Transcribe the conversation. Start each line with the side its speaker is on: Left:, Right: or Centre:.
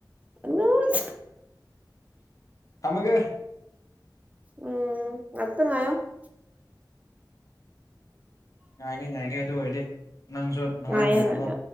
Right: ꯅꯣꯏ
Left: ꯊꯝꯃꯒꯦ
Right: ꯎꯝ ꯑꯛꯇ ꯉꯣ
Left: ꯉꯥꯏꯒꯦ ꯉꯥꯏꯒꯦ ꯑꯗꯨ ꯑꯣꯏꯔꯗꯤ ꯅꯪꯁꯨ ꯅꯨꯡꯉꯥꯏꯅ
Right: ꯉꯥꯏꯌꯦ
Left: ꯂꯩꯔꯝꯃꯣ
Right: ꯑꯗꯣ